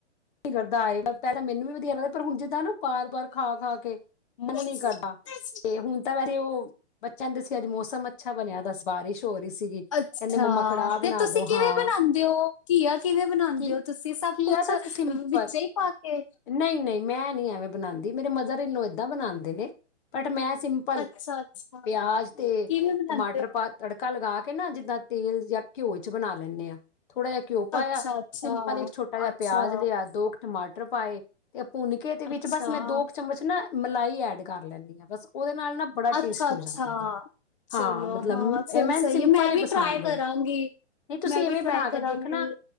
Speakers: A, on the left; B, on the left.
A: ਨੀ ਕਰਦਾ ਆਏ ਪੈ ਤਾਂ ਮੈਨੂੰ ਵੀ ਵਧੀਆ ਲੱਗਦਾ ਪਰ ਹੁਣ ਜਿੱਦਾਂ ਨਾ ਬਾਰ-ਬਾਰ ਖਾ ਖਾ ਕੇ, ਮਨ
B: ਅੱਛਾ।
A: ਨੀ ਕਰਦਾ ਤੇ ਹੁਣ ਤਾਂ ਵੇਸੇ ਉਹ ਬਚਿਆਂ ਨੂੰ ਦੱਸਿਆ ਅੱਜ ਮੌਸਮ ਅੱਛਾ ਬਣਿਆ ਦਾ ਬਾਰਿਸ਼ ਹੋ ਰਹੀ ਸੀਗੀ ਕਹਿੰਦੇ
B: ਅੱਛਾ
A: ਮੰਮਾ ਕੜਾਹ ਬਣਾ
B: ਤੇ ਤੁਸੀਂ
A: ਦੋ
B: ਕਿਵੇਂ
A: ਹਾਂ
B: ਬਣਾਦੇ ਹੋ ਘੀਆ ਕਿਵੇਂ ਬਣਾਦੇ
A: ਕੀ
B: ਔ ਤੁਸੀਂ ਸਭ
A: ਘੀਆ
B: ਕੁਛ
A: ਤਾਂ ਅਸੀਂ ਸਿੰਪਲ,
B: ਵਿੱਚ ਹੀ ਪਾ ਕੇ
A: ਨਈ ਨਈ ਨਈ ਮੈਂ ਨੀ ਐਵੇਂ ਬਣਾਦੀ ਮੇਰੇ ਮਦਰ ਇਨ ਲੋ ਏਦਾਂ ਬਣਾਦੇ ਨੇ ‌‌‍‌‍‌ ਬਟ ਮੈਂ ਸਿੰਪਲ,
B: ਅੱਛਾ ਅੱਛਾ
A: ਪਿਆਜ ਤੇ
B: ਕਿਵੇਂ ਬਣਾਉਂਦੇ
A: ਟਮਾਟਰ
B: ਹੋ
A: ਪਾ ਤੜਕਾ ਲਗਾ ਕੇ ਨਾ ਜਿੱਦਾਂ ਤੇਲ ਜਾਂ ਘਿਓ ਚ ਬਣਾ ਲੈਂਨੇ ਆ ਥੋੜਾ ਜਿਹਾ ਘਿਓ ਪਾਇਆ,
B: ਅੱਛਾ ਅੱਛਾ
A: ਸਿੰਪਲ ਇੱਕ ਛੋਟਾ ਜਿਹਾ
B: ਅੱਛਾ
A: ਪਿਆਜ ਲਿਆ ਦੋ ਕੁ ਟਮਾਟਰ ਪਾਏ ਤੇ ਭੁੰਨ ਕੇ ਦੇ ਵਿੱਚ
B: ਅੱਛਾ
A: ਬਸ ਮੈਂ ਦੋ ਚਮਚ ਨਾ ਮਲਾਈ ਐਡ ਕਰ ਲੈਂਣੀ ਆ ਬਸ ਉਹਦੇ ਨਾਲ ਨਾ ਬੜਾ
B: ਅੱਛਾ-ਅੱਛਾ
A: ਟੇਸਟ ਹੋ ਜਾਂਦਾ ਜੀ
B: ਚਲੋ
A: ਹਾਂ ਮਤਲਬ
B: ਹਾਂ ਚੱਲ
A: ਇਹ
B: ਸਈ
A: ਸਿੰਪਲ
B: ਐ ਮੈਂ
A: ਹੀ
B: ਵੀ
A: ਪਸੰਦ
B: ਟਰਾਈ ਕਰਾਂਗੀ
A: ਹੈ ਨਹੀਂ ਤੁਸੀਂ
B: ਮੈਂ ਵੀ
A: ਐਵੇਂ
B: ਟਰਾਈ
A: ਬਣਾ
B: ਕਰਾਂਗੀ,
A: ਕੇ ਦੇਖਣਾ